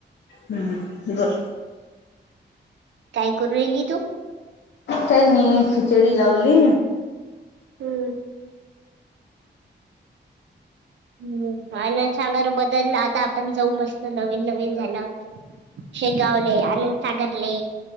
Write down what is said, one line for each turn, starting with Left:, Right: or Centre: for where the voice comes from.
Left: हम्म बोल.
Right: काय करू राहिली तू.
Left: काय नाही खिचडी लावली.
Right: हम्. हम्म मला सांग र बदल आता आपण जाऊ मस्त नवीन नवीन झालं. शेगावले आनंदसागरले